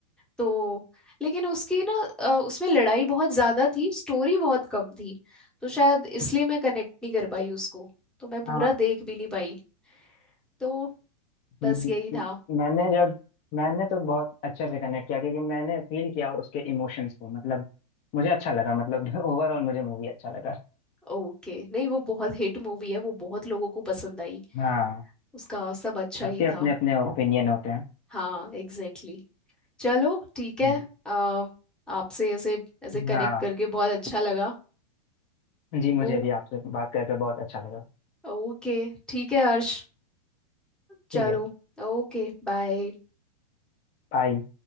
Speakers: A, in the centre; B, on the left (about 30°).
A: तो लेकिन उसकी ना अ, उसमें लड़ाई बहुत ज्यादा थी स्टोरी बहुत कम थी तो शायद इसलिए मैं कनेक्ट नहीं कर पाई उसको तो मैं पूरा
B: हाँ
A: देख भी नहीं पाई तो बस
B: म-
A: यही था
B: मैंने जब मैंने तो बहुत अच्छे से कनेक्ट किया क्योंकि मैंने फील किया उसके इमोशंस को मतलब मुझे अच्छा लगा मतलब <laughs> ओवरऑल मुझे मूवी अच्छा लगा
A: ओके नहीं वो बहुत हिट मूवी है वो बहुत लोगों को पसंद आई
B: हाँ
A: उसका सब अच्छा
B: सबके
A: ही
B: अपने
A: था
B: अपने ओपिनियन होते हैं
A: हाँ एग्जैक्टली exactly. चलो ठीक है
B: जी
A: अ, आपसे ऐसे ऐसे कनेक्ट
B: हाँ
A: करके बहुत अच्छा लगा
B: जी मुझे
A: ओ
B: भी आपसे बात करके बहुत अच्छा लगा
A: ओके ठीक है हर्ष चलो
B: ठीक है
A: ओके बाय
B: बाय